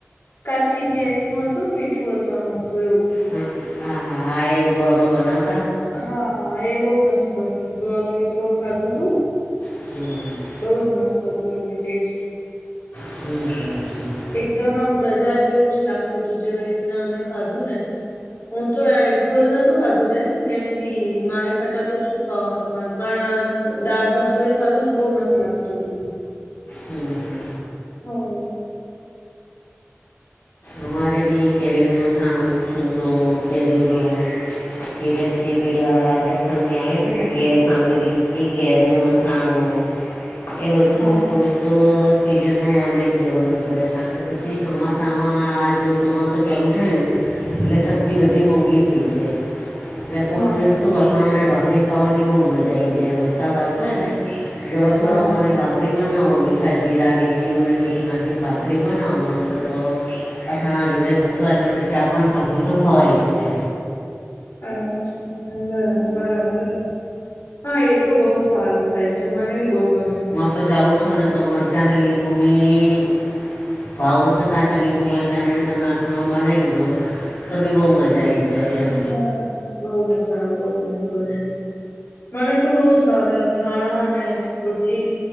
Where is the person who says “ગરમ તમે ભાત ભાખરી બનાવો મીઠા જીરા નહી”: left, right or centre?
Left